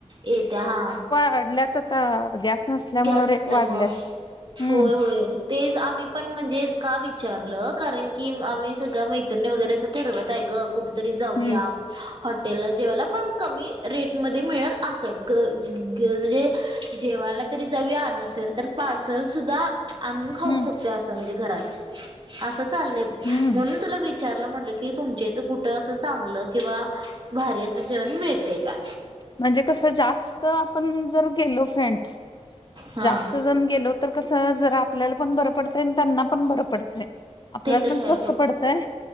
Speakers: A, on the right (about 45°); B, on the left (about 40°).
A: येते हा.
B: हडल्यात आता गॅस नसल्यामुळे
A: गॅस नसल्यामूळ
B: रेट वाढल्यात. हं,
A: होय होय तेच आम्ही पण म्हणजे. का विचारलं कारण की आम्ही सगळ्या मैत्रणी वगैरे असं ठरवत हाय ग कुठ? तरी जाऊया
B: हं,
A: ेत्याला जेवायला पण कमी रेटमध्ये मिळेल असं ग म्हणजे जेवायला. तरी जाऊयावआजच. असल तर पार्सल सुद्धा आणून खाऊ
B: हं,
A: शकतो असं म्हणजे घरात असं चाललंय.
B: हं.
A: म्हणून तुला विचारल म्हटलं की कि तुमच्या इथं कुठं असं चांगलं किंवा भारी असं जेवण मिळतमिळतय का.
B: म्हणजे कस जास्त आपण जर गेलो फ्रेंडस
A: हा
B: जास्त जन गेलो तर कसं जरा आपल्याला पण बरं पडतंय आणि त्यांना पण बरं पडतंय आपल्याला
A: ते तर
B: पण
A: ह
B: स्वस्त पडतय